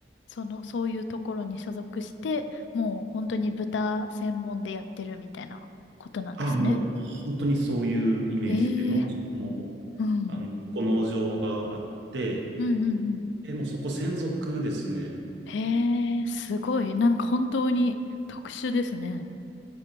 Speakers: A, on the left; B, on the right.
A: その、そういうところに所属して、もう本当に豚専門でやってるみたいなことなんですね。
B: あ、もう本当にそういうイメージで、
A: ええ。
B: 農場も、
A: うん。
B: あの、こう農場があって、
A: うんうんうん。
B: え、もうそこ専属ですね。
A: へえ、すごい。なんか本当に特殊ですね。